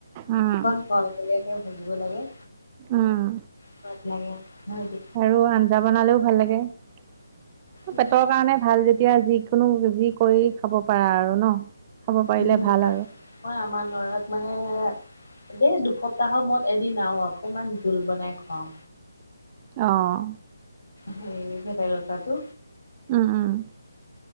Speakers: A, on the right (about 25°); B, on the left (about 60°).
A: উম,
B: ক অ তেনেকে ভাজিব লাগে।
A: উম!
B: সোৱাদ লাগে হয় দে
A: আৰু আঞ্জা বনালেও ভাল লাগে। অ
B: উম।
A: পেটৰ কাৰণে ভাল যেতিয়া যিকোনো যি কৰি খাব পাৰা আৰু ন। খাব পাৰিলে
B: উম
A: ভাল
B: তাক
A: আৰু
B: মই আমাৰ ল'ৰাক মানে এই দুসপ্তাহৰ মূৰত এদিন আৰু অকমান জুল বনাই খুৱাও।
A: অ
B: সেই ভেদাই লতাটো।
A: উম উম!